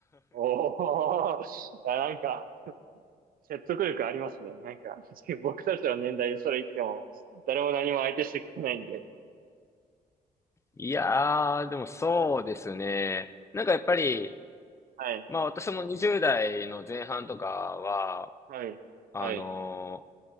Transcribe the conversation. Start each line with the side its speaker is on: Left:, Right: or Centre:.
Right: おー、や、なんか、説得力ありますね。なんか、<laughs> 僕たちの年代でそれ言っても、誰も何も相手してくれないんで。
Left: いやー、でもそうですね。なんかやっぱり、
Right: はい。
Left: まあ私も20代の前半とかは、
Right: はい。
Left: あの
Right: はい。